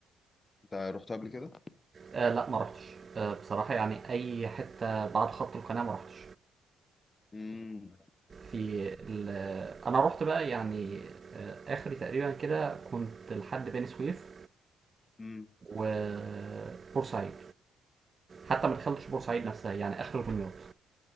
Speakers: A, on the left; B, on the right.
A: انت رحتها قبل كده؟
B: آه لا ما رحتش آه بصراحه يعني اي حته بعد خط القناه ما رحتش
A: امم
B: في ال- انا رحت بقى يعني آه اخري تقريبا كده كنت لحد بني سويف
A: امم
B: وبورسعيد حتى ما دخلتش بورسعيد نفسها يعني اخر دمياط